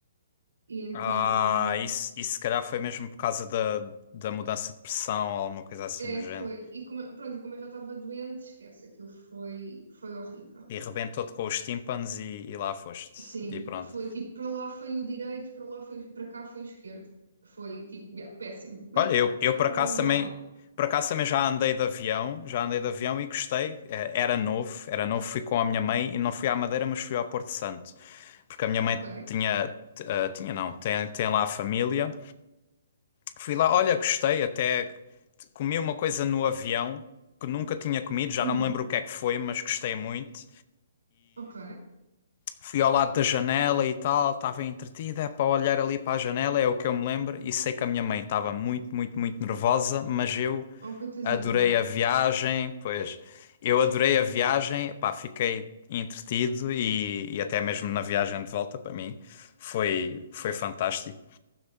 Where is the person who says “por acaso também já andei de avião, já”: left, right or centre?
Left